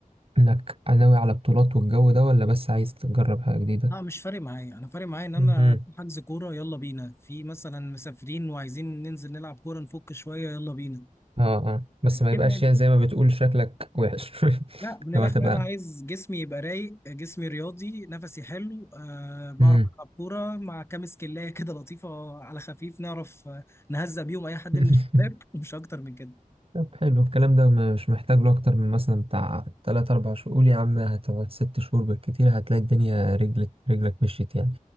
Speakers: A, on the right; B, on the left.
A: انك ناوي على بطولات والجو ده ولا بس عايز تجرب حاجة جديدة
B: لا مش فارق معايا انا فارق معايا ان انا
A: مهم.
B: في حجز كوره يلا بينا في مثلا مسافرين وعايزين ننزل نلعب كوره نفك شويه يلا بينا
A: اه اه بس ما
B: كده
A: يبقاش
B: يعني
A: يعني زي ما بتقول شكلك وحش <laughs>
B: لا من
A: لو
B: الاخر
A: هتبقى
B: انا عايز جسمي يبقى رايق جسمي رياضي نفسي حلو أه بعرف
A: مم.
B: العب كوره مع كام سكلايه كده لطيفه على خفيف نعرف آه، نهزق بيهم اي حد
A: <laughs>
B: من الشباب <laughs> ومش اكتر من كده
A: طب حلو الكلام ده ما- مش محتاج له اكتر من مثلا بتاع تلات اربع شهور قول يا عم هتقعد ست شهور بالكتير هتلاقي الدنيا رجلك رجلك مشيت يعني